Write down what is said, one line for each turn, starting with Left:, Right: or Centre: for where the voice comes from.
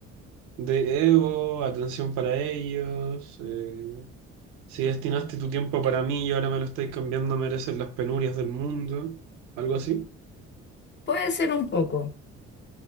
Right: de ego, atención para ellos. eh, si destinaste tu tiempo para mí y ahora me lo estáis cambiando, mereces las penurias del mundo. Algo así.
Left: Puede ser un poco,